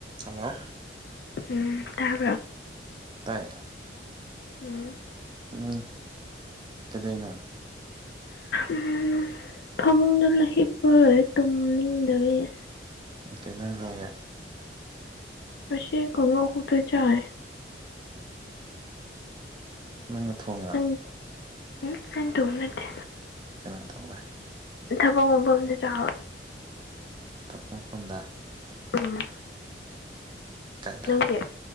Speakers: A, on the right (about 25°); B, on the left (about 65°).
A: hello
B: ꯎꯝ ꯇꯥꯕ꯭ꯔꯣ
A: ꯇꯥꯏ
B: ꯎꯝ
A: ꯎꯝ ꯀꯩꯗꯧꯏꯅꯣ
B: ꯎꯝ ꯐꯃꯨꯡꯗꯨ ꯂꯩ ꯍꯄꯒ ꯇꯨꯝꯅꯤꯡꯗꯕꯩ
A: ꯀꯩꯏ ꯖꯥꯡ ꯆꯥꯒꯦ
B: ꯉꯁꯤ ꯀꯥꯉꯧ ꯈꯛꯇ ꯆꯥꯏ
A: ꯅꯪꯅ ꯊꯣꯡꯉꯦ
B: ꯅꯪ ꯎꯝ ꯑꯩꯅ ꯊꯣꯡꯕ ꯅꯠꯇꯦ
A: ꯀꯅꯥꯥꯟ ꯊꯣꯡꯕ
B: ꯊꯕꯛ ꯃꯐꯝꯗ ꯆꯥꯕ
A: ꯊꯕꯛ ꯃꯐꯝꯗ
B: ꯎꯝ
A: ꯀꯥꯏꯗ
B: ꯅꯪꯗꯤ